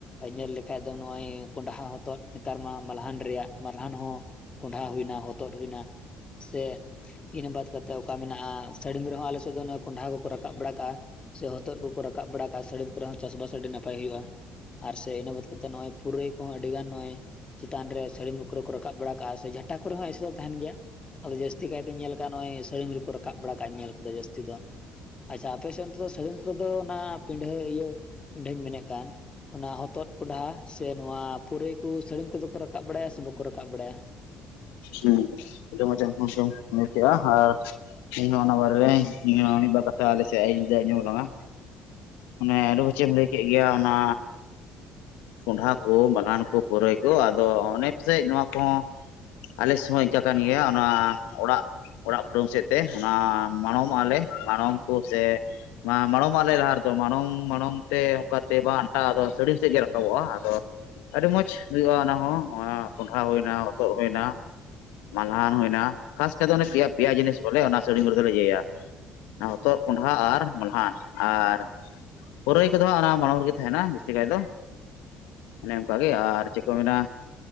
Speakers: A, on the left; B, on the left.
A: ᱧᱮᱞ ᱞᱮᱠᱷᱟᱡ ᱫᱚ ᱱᱚᱜᱼᱚᱭ ᱠᱚᱸᱰᱦᱟ ᱦᱚᱛᱚᱫ ᱱᱮᱛᱟᱨ ᱢᱟ ᱢᱟᱞᱦᱟᱱ ᱨᱮᱭᱟᱜ ᱢᱟᱞᱦᱟᱱ ᱦᱚᱸ᱾ ᱠᱚᱸᱰᱷᱟ ᱦᱩᱭᱱᱟ, ᱦᱚᱛᱚᱫ ᱦᱩᱭᱱᱟ ᱥᱮ ᱤᱱᱟᱹ ᱵᱟᱫ ᱠᱟᱛᱮᱫ ᱚᱠᱟ ᱢᱮᱱᱟᱜᱼᱟ ᱥᱟᱹᱲᱤᱢ ᱨᱮᱦᱚᱸ ᱟᱞᱮ ᱥᱮᱫ ᱫᱚ ᱠᱚᱸᱰᱷᱟ ᱠᱚᱠᱚ ᱨᱟᱠᱟᱵ ᱵᱟᱲᱟ ᱠᱟᱜᱼᱟ᱾ ᱥᱮ ᱦᱚᱛᱚᱫ ᱠᱚᱠᱚ ᱨᱟᱠᱟᱵ ᱵᱟᱲᱟ ᱠᱟᱜᱼᱟ ᱥᱟᱹᱲᱤᱢ ᱠᱚᱨᱮ ᱦᱚᱸ ᱪᱟᱥᱵᱟᱥ ᱟᱹᱰᱤ ᱱᱟᱯᱟᱭ ᱦᱩᱭᱩᱜᱼᱟ᱾ ᱟᱨ ᱥᱮ ᱤᱱᱟᱹ ᱵᱟᱫ ᱠᱟᱛᱮᱜ ᱱᱚᱜᱼᱚᱭ ᱯᱩᱨᱟᱹᱭ ᱠᱚᱦᱚᱸ ᱟᱹᱰᱤ ᱜᱟᱱ ᱱᱚᱜᱼᱚᱭ ᱪᱮᱛᱟᱱ ᱨᱮ ᱥᱟᱹᱲᱤᱢ ᱠᱚᱨᱮ ᱠᱚ ᱨᱟᱠᱟᱵ ᱵᱟᱲᱟ ᱠᱟᱜᱼᱟ ᱥᱮ ᱡᱷᱟᱴᱟ ᱠᱚᱨᱮ ᱦᱚᱸ ᱮᱥᱮ ᱫᱚ ᱛᱟᱦᱮᱱ ᱜᱮᱭᱟ᱾ ᱟᱫᱚ ᱡᱟᱹᱥᱛᱤ ᱠᱟᱭ ᱛᱮᱧ ᱧᱮᱞ ᱠᱟᱜᱟ ᱱᱚᱜᱚᱭ ᱥᱟᱹᱲᱤᱧ ᱨᱮᱠᱚ ᱨᱟᱠᱟᱵ ᱵᱟᱲᱟ ᱠᱟᱜ ᱤᱧ ᱧᱮᱞ ᱠᱟᱫᱟ ᱡᱟᱹᱥᱛᱤ ᱫᱚ᱾ ᱟᱪᱪᱷᱟ ᱟᱯᱮ ᱥᱮᱫ ᱫᱚ ᱥᱟᱹᱲᱤᱢ ᱠᱚᱫᱚ ᱚᱱᱟ ᱯᱤᱰᱷᱟᱹ ᱤᱭᱟᱹ ᱯᱤᱰᱷᱟᱹᱧ ᱢᱮᱱᱮᱫ ᱠᱟᱱ ᱚᱱᱟ ᱦᱚᱛᱚᱫ ᱠᱚᱸᱰᱟ ᱥᱮ ᱱᱚᱶᱟ ᱯᱩᱨᱟᱹᱭ ᱠᱚ ᱥᱟᱹᱲᱤᱢ ᱠᱚᱫᱚ ᱠᱚ ᱨᱟᱠᱟᱵ ᱵᱟᱲᱟᱭᱟ ᱥᱮ ᱵᱟᱠᱚ ᱨᱟᱠᱟᱵ ᱵᱟᱲᱟᱭᱟ?
B: ᱦᱩᱸ ᱟᱹᱰᱤ ᱢᱚᱸᱡᱮᱢ ᱦᱩᱢ ᱦᱩ ᱢᱩ ᱠᱮᱜᱼᱟ ᱟᱨ ᱤᱧᱦᱚᱸ ᱚᱱᱟ ᱵᱟᱨᱮᱨᱮ ᱤᱧᱦᱚᱸ ᱢᱤᱫ ᱵᱟᱨ ᱠᱟᱛᱷᱟ ᱟᱞᱮᱥᱮᱫ ᱤᱧ ᱞᱟᱹᱭ ᱟᱡᱚᱢᱟᱵᱚᱱᱟ᱾ ᱚᱱᱮ ᱟᱹᱞᱩ ᱪᱮᱫ ᱮᱢ ᱞᱟᱹᱭ ᱠᱮᱫ ᱜᱮᱭᱟ ᱚᱱᱟ ᱠᱚᱸᱰᱷᱟ ᱠᱚ, ᱢᱟᱞᱟᱱ ᱠᱚ, ᱯᱩᱨᱟᱹᱭ ᱠᱚ ᱟᱫᱚ ᱚᱱᱮ ᱯᱟᱥᱮᱡ ᱱᱚᱣᱟ ᱠᱚᱦᱚᱸ ᱟᱞᱮ ᱥᱚᱢᱚᱭ ᱤᱱᱠᱟᱹ ᱠᱟᱱ ᱜᱮᱭᱟ ᱚᱱᱟ ᱚᱲᱟᱜ ᱚᱲᱟᱜ ᱠᱩᱰᱟᱢ ᱥᱮᱫ ᱛᱮ ᱚᱱᱟ ᱢᱟᱲᱚᱢᱚᱜᱼᱟ ᱞᱮ ᱢᱟᱲᱚᱢ ᱠᱚ ᱥᱮ ᱢᱟᱲᱚᱢ ᱟᱞᱮ ᱞᱟᱦᱟ ᱨᱮᱫᱚ ᱢᱟᱲᱚᱢ ᱢᱟᱲᱚᱢ ᱛᱮ ᱚᱱᱠᱟ ᱛᱮ ᱵᱟ ᱟᱱᱴᱟ ᱟᱫᱚ ᱥᱟᱹᱲᱤᱢ ᱥᱮᱫ ᱜᱮ ᱨᱟᱠᱟᱵᱚᱜᱼᱟ ᱟᱫᱚ ᱟᱹᱰᱤ ᱢᱚᱸᱡ ᱦᱩᱭᱩᱜᱼᱟ ᱚᱱᱟ ᱦᱚᱸ ᱠᱚᱸᱰᱦᱟ ᱦᱩᱭᱳᱱᱟ, ᱦᱚᱛᱚᱫ ᱦᱩᱭᱮᱱᱟ᱾ ᱢᱟᱞᱦᱟᱱ ᱦᱩᱭᱱᱟ ᱠᱷᱟᱥ ᱠᱟᱭ ᱛᱮᱫᱚ ᱯᱮᱭᱟ ᱯᱮᱭᱟ ᱡᱤᱱᱤᱥ ᱵᱚᱞᱮ ᱚᱱᱟ ᱥᱟᱹᱲᱤ ᱨᱮᱫᱚᱞᱮ ᱤᱭᱟᱹᱭᱟ᱾ ᱦᱚᱛᱚᱫ, ᱠᱚᱸᱰᱷᱟ, ᱟᱨ ᱢᱟᱞᱦᱟᱱ ᱟᱨ ᱯᱩᱨᱟᱹᱭ ᱠᱚᱫᱚ ᱚᱱᱟ ᱢᱟᱲᱟᱝ ᱨᱮᱜᱮ ᱛᱟᱦᱮᱱᱟ ᱡᱟᱹᱥᱛᱤ ᱠᱟᱭ ᱫᱚ ᱚᱱᱮ ᱚᱱᱠᱟ ᱜᱮ ᱟᱨ ᱪᱮᱫ ᱠᱚ ᱢᱮᱱᱟ